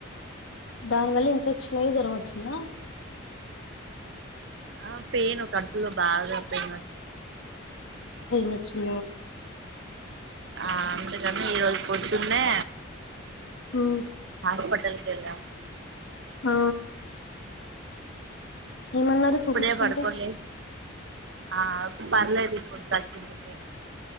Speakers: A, on the left (about 70°); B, on the right (about 60°).
A: దాని వల్ల ఇన్ఫెక్షన్ అయి జ్వరం వోచ్చిందా
B: ఆ పెయిన్ కడుపులో బాగా పెయిన్ వచ్చింది
A: పైనొచ్చింద
B: ఆ అందుకని ఈరోజు పొద్దున్నే
A: మ్మ్
B: హాస్పిటల్ ఏళ్ళం
A: ఆ ఏమన్నారు చూపీచ్చుకుంటే
B: ఇప్పుడే పడుకొని లేసిన ఆ పర్లేదిప్పుడు తగ్గింది పెయిన్